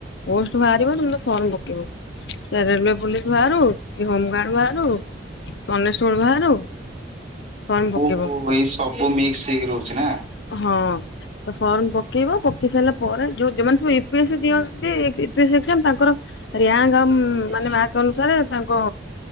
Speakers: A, on the left; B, on the right.
A: ପୋଷ୍ଟ ବାହାରିବ ତମେ ତ ଫର୍ମ ପ ରେଲୱେ ପୋଲିସ୍ ବାହାରୁ କି ହୋମଗାର୍ଡ ବାହାରୁ କନଷ୍ଟେବଳ ବାହାରୁ ଫର୍ମ ପକେଇବ।
B: ଓହୋ ଏଇ ସବୁ ମିକ୍ସ୍ ହେଇକି ରହୁଛି ନା।
A: ହଁ ଫର୍ମ ପକେଇବ ପକେଇ ସାରିଲା ପରେ ଯଉ ଯଉମାନେ ସବୁ ୟୁ ପି ଏସି ଦିଅନ୍ତି ୟୁ ପି ଏସି ଏକ୍ଜାମ୍ ତାଙ୍କର ରଙ୍କ୍ ଆଉ ହୁଁ
B: ଓହୋ
A: ମାନେ ମାର୍କ ଅନୁସାରେ ତାଙ୍କ